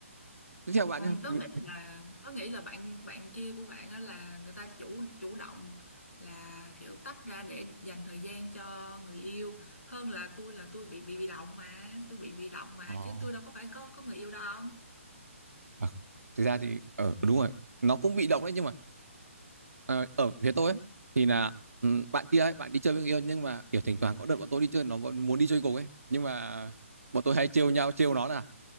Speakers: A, on the right; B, on the left.
A: tiếp theo bạn
B: Ừ,
A: nhé
B: tớ nghĩ là tớ nghĩ là bạn bạn kia của bạn á là người ta chủ chủ động là kiểu tách ra để dành thời gian cho người yêu hơn là tôi là tôi bị bị bị động mà tôi bị bị động mà
A: Ồ. oh.
B: chứ tôi đâu có phải có có người yêu đâu không
A: À, thực ra thì ờ đúng rồi nó cũng bị động đấy nhưng mà Ờ, ở phía tôi ấy, thì là ừ, bạn kia ấy, bạn đi chơi với người yêu nhưng mà kiểu thỉnh thoảng có đợt bọn tôi đi chơi nó vẫn muốn đi chơi cùng ấy nhưng mà bọn tôi hay trêu nhau trêu nó là